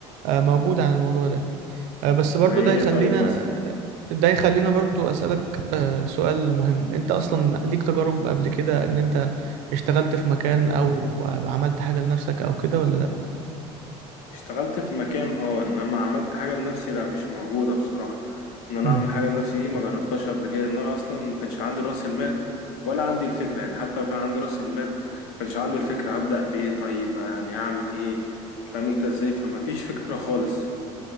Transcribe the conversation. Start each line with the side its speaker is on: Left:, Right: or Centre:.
Right: آه، موجود عن الموضوع ده آه، بس برضو
Left: زي
Right: ده يخلينا
Left: ايه طيب مثلا
Right: ده يخلينا برضو أسألك آه، سؤال مهم انت اصلا ليك تجارب قبل كده ان انت اشتغلت في مكان او عملت حاجة لنفسك او كده ولا لا
Left: اشتغلت في مكان اه انما عملت حاجه لنفسي لا مش موجوده بصراحه ان انا
Right: امم
Left: اعمل حاجه لنفسي دي ما جربتهاش قبل كده ان انا اصلا ما كانش عندي راس المال ولا عندي الفكره يعني حتى لو كان عندي راس المال ما كانش عندي الفكره هبدا بايه طيب يعني هعمل ايه فاهم انت ازاي فما فيش فكره خالص